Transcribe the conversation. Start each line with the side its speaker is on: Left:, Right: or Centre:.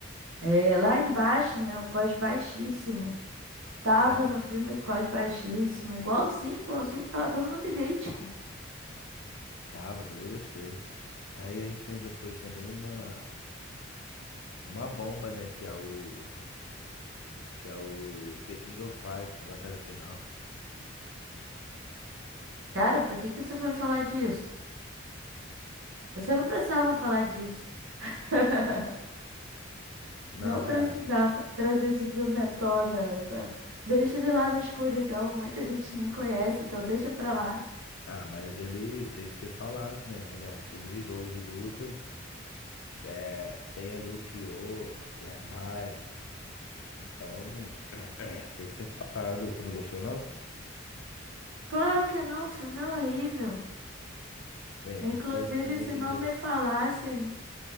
Right: É, lá embaixo, né? O cós baixíssimo. Tava
Left: É,
Right: no filme cós baixíssimo. Igualzinho, igualzinho. Tava todo mundo idêntico.
Left: tava, também gostei. Aí a gente tem depois também uma uma bomba, né, que é o que é o The King of Fight, a batalha final.
Right: Cara, pra que que você foi falar disso? Você não precisava falar disso. <laughs>
Left: Não,
Right: Não precisava
Left: é.
Right: trazer esse filme à tona. Essa... Deixa ele lá na escuridão. Muita gente nem conhece, então deixa pra lá.
Left: Ah, mas ele tem que ser falado, né? Ele é um filme de jogo de luta. É, tem ali o Kyo, tem a Mai. Então, <clears throat> é, tem que ser falado. Tu não gostou, não?
Right: Claro que não, o filme é horrível.
Left: Bem,
Right: Inclusive,
Left: eu não conheço também
Right: se
Left: quem
Right: não
Left: gosta.
Right: me falassem.